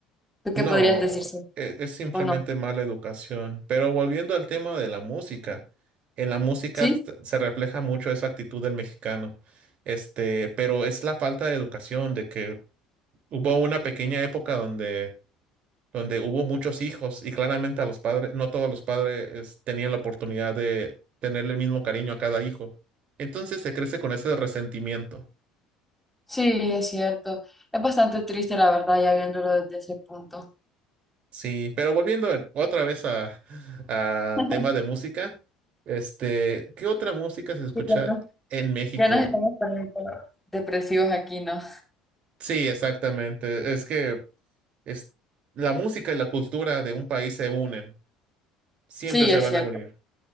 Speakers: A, in the centre; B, on the right.
A: ¿Tú qué
B: No,
A: podrías decir sobre-
B: e- es, simplemente
A: o no?
B: mala educación. Pero volviendo al tema de la música, en la música
A: Sí,
B: s- se refleja mucho esa actitud del mexicano. Este, pero es la falta de educación, de que hubo una pequeña época donde, donde hubo muchos hijos y claramente a los padres, no todos los padres es, tenían la oportunidad de tenerle el mismo cariño a cada hijo. Entonces se crece con ese resentimiento.
A: sí, es cierto. Es bastante triste, la verdad, ya viéndolo desde ese punto.
B: Sí, pero volviendo en- otra vez a, a
A: <laughs>
B: tema de música, este, ¿qué otra música se escucha
A: Sí, ya no-
B: en México?
A: ya nos estamos poniendo depresivos aquí, ¿no?
B: Sí, exactamente. Es que es, la música y la cultura de un país se unen, siempre
A: Sí,
B: se
A: es
B: van
A: cierto,
B: a unir.